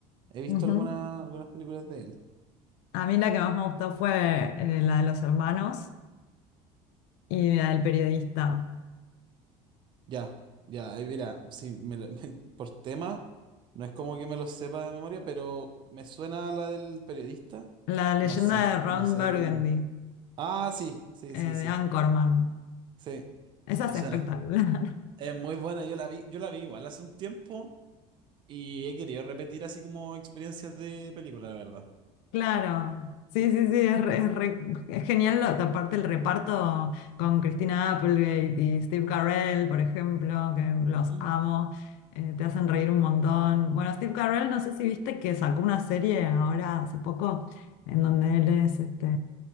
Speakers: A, on the right; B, on the left.
A: He visto
B: Ujú.
A: alguna- algunas películas de él.
B: A mí la que más me gustó fue eh, la de los hermanos y la del periodista.
A: Ya, ya, ahí mira, si me lo- <laughs> me- por tema, no es como que me lo sepa de memoria, pero me suena la del periodista.
B: La leyenda
A: No sé, en-
B: de Ron
A: no sé
B: Burgundy,
A: de qué año. Ah, sí, sí,
B: eh,
A: sí, sí,
B: de Anchorman.
A: sí,
B: Esa
A: me
B: es
A: suena.
B: espectacular.
A: Es muy buena, yo la vi, yo la vi igual hace un tiempo y he querido repetir así como experiencias de película, la verdad.
B: Claro, sí, sí, sí, es, re- es re- es genial, lo- aparte el reparto con Christina Applegate y Steve Carell, por ejemplo, que los
A: Ujú.
B: amo, eh, te hacen reír un montón. Bueno, Steve Carell, no sé si viste que sacó una serie ahora hace poco en donde él es este,